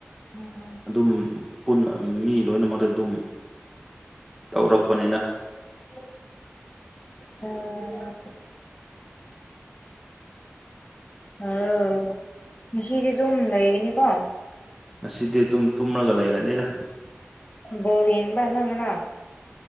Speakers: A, on the left; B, in the centre.
A: ꯎꯝ ꯎꯝ
B: ꯑꯗꯨꯝ ꯄꯨꯟꯅ ꯃꯤ ꯂꯣꯏꯅꯃꯛꯇ ꯑꯗꯨꯝ ꯇꯧꯔꯛꯄꯅꯦꯅ
A: <inaudible> ꯍꯥꯎ ꯉꯁꯤꯗꯤ ꯑꯗꯨꯝ ꯂꯩꯒꯅꯤꯀꯣ
B: ꯉꯁꯤꯗꯤ ꯑꯗꯨꯝ ꯇꯨꯝꯃꯒ ꯂꯩꯔꯅꯤꯗ
A: ꯕꯣꯜ ꯌꯦꯡꯕ꯭ꯔ ꯅꯪ ꯉꯔꯥꯡ